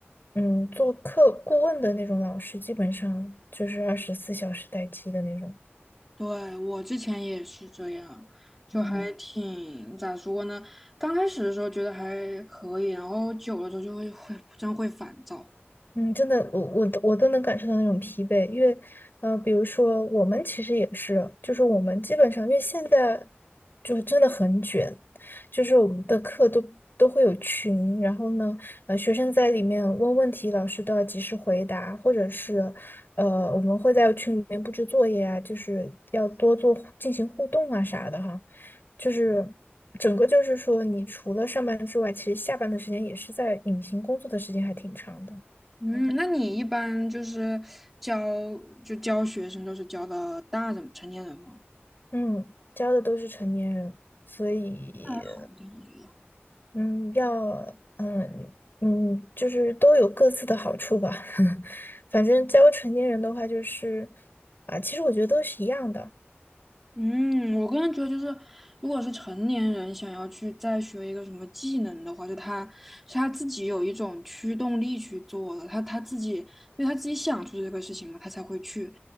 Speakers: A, on the left (about 50°); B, in the centre.
A: 嗯做课顾问的那种老师，基本上就是二十四小时待机的那种。
B: 对，我之前也是这样，就还挺，
A: 嗯。
B: 咋说呢？刚开始的时候觉得还可以，然后久了之后就会会真会烦躁。
A: 嗯，真的，我我我都能感受到那种疲惫，因为，呃，比如说我们其实也是，就是我们基本上，因为现在就是真的很卷，就是我们的课都都会有群，然后呢，呃，学生在里面问问题，老师都要及时回答，或者是，呃，我们会在群里面布置作业啊，就是要多做进行互动啊啥的哈，就是整个就是说，你除了上班之外，其实下班的时间也是在隐形工作的时间还挺长的。
B: 嗯，
A: 嗯，
B: 那你一般就是教就教学生都是教的大人成年人吗？
A: 嗯，教的都是成年人，所以
B: 还好一点，我觉得。
A: 嗯，要嗯嗯，就是都有各自的好处吧。<laughs> 反正教成年人的话，就是啊，其实我觉得都是一样的。
B: 嗯，我个人觉得就是，如果是成年人想要去再学一个什么技能的话，就他是他自己有一种驱动力去做的，他他自己因为他自己想出这个事情嘛，他才会去。